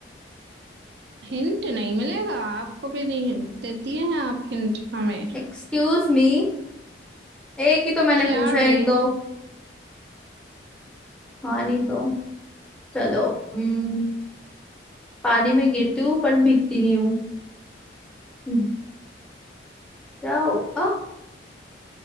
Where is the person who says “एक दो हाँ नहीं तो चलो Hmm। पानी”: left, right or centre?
Centre